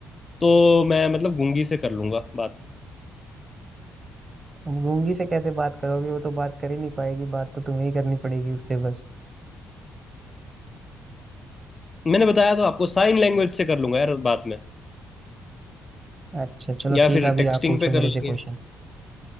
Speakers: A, on the left (about 30°); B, on the right (about 30°).
A: तो मैं मतलब गूंगी से कर लूंगा बात
B: अब गूंगी से कैसे बात करोगे वो तो बात कर ही नहीं पाएगी बात तो तुम्हें ही करनी पड़ेगी उससे बस
A: मैंने बताया तो आपको साइन लैंग्वेज से कर लूंगा यार बाद में
B: अच्छा चलो
A: या
B: ठीक
A: फिर
B: है अभी
A: टेक्सटिंग
B: आप पूछो
A: पे
B: मेरे
A: कर लेंगे
B: से क्वेश्चन